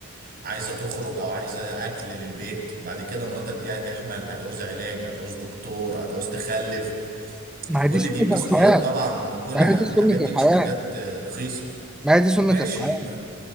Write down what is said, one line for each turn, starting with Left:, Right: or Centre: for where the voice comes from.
Right: عايزه تخرج او عايزه اكل للبيت بعد كده مراتك دي هتحمل هتعوز علاج هتعوز دكتور هتعوز تخلف
Centre: ما هي
Right: كل
Centre: دي سنة
Right: دي مسؤوليات
Centre: الحياة
Right: طبعا وكل
Centre: ما
Right: ح-
Centre: هي دي سنة
Right: حاجات دي
Centre: الحياة
Right: مش حاجات آه، رخيصه
Centre: ما هي دي سنة
Right: ماشي
Centre: الحياة